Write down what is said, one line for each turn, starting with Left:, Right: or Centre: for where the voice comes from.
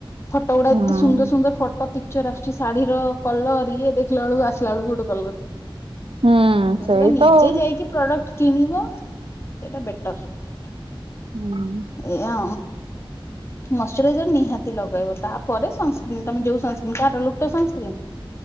Left: ଫଟୋ ଉଡ଼ା
Right: ହୁଁ
Left: ସୁନ୍ଦର ସୁନ୍ଦର ଫଟୋ ପିକଚର ଆସଛି। ଶାଢୀ ର କଲର ଇଏ ଦେଖିଲା ବେଳକୁ ଆସିଲା ବେଳକୁ ଗୋଟେ କଲର।
Right: ହୁଁ
Left: ତେଣୁ
Right: ସେଇ
Left: ସେଟା ନିଜେ
Right: ତ ଆଉ।
Left: ଯାଇକି ପ୍ରଡକ୍ଟ କିଣିବ ସେଇଟା ବେଟର
Right: ହୁଁ।
Left: ଏୟା। ମଶ୍ଚରାଇଜର ନିହାତି ଲଗେଇବ ତାପରେ ସନ୍ସ୍କ୍ରି ନ ତମେ ଯୋଉ ସନ୍ସ୍କ୍ରିନ କାହାର ଲୋଟ ସନ୍ସ୍କ୍ରିନ୍।